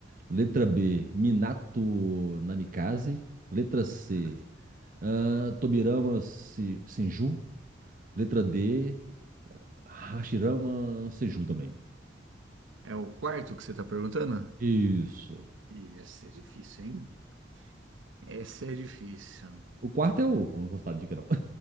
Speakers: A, on the right; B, on the right.
A: Letra
B: Hum.
A: B, Minato Namikaze. Letra C,
B: Ah,
A: ah, Tobirama Se- Senju. Letra D, Hashirama Senju também.
B: É o quarto que você tá perguntando?
A: Isso.
B: E Essa é difícil, hein? Essa é difícil.
A: O quarto é o. Eu não vou dar dica, não. <laughs>